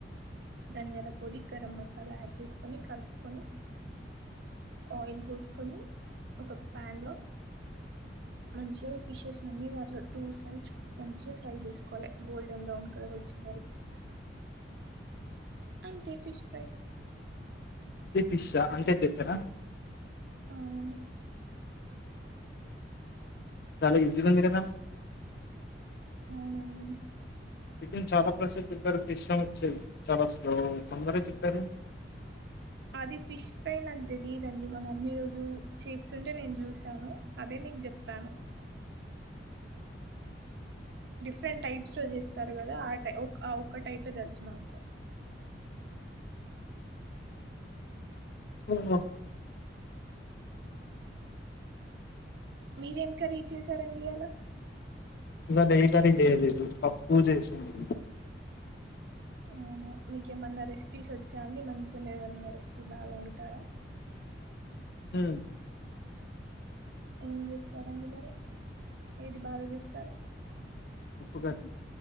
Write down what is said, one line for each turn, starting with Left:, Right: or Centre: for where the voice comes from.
Right: ధనియాల పొడి గరం మసాలా యాడ్ చేసుకొని కలుపుకొని ఆయిల్ పోసుకొని ఒక ప్యాన్ లో మంచిగా ఫిషెస్ అన్ని వా టూ సైడ్స్ మంచిగా ఫ్రై చేసుకోవాలి గోల్డెన్ బ్రౌన్ కలర్ వచ్చేవారుకి అంతే ఫిష్ ఫ్రై
Left: అదే ఫిష్షా అంతే చెప్పారా
Right: అవునండి
Left: చాలా ఈజీ గా ఉంది కదా
Right: అవునండి
Left: చికెన్ చాలా ప్రాసెస్ చెప్పారు ఫిష్ అని వచ్చే చాలా తొందర చెప్పారు
Right: అది ఫిష్ ఫ్రై నాకు తెలీదండి మా మమ్మీ ఇ రోజు చేస్తుంటే నేను చూశాను అదే మీకు చెప్తాను డిఫరెంట్ టైప్స్ లో జేస్తారు కదా ఆ ట ఆ ఒక్కటైతే తెలుసు నాకు
Left: ఆ
Right: మీరేం కర్రీ చేశారండి ఇయ్యాల
Left: ఇకా ఏం కర్రీ చేయలేదు పప్పు చేసింది
Right: ఆ మీకేమన్నా రెసిపీస్ వచ్చా అండి మంచిగా మీరు ఏమన్నా రెసిపీ బాగా వండుతారా
Left: హ
Right: ఏం చేస్తారండి మీరు ఏది బాగాచేస్తారు
Left: ఉప్పు కట్ట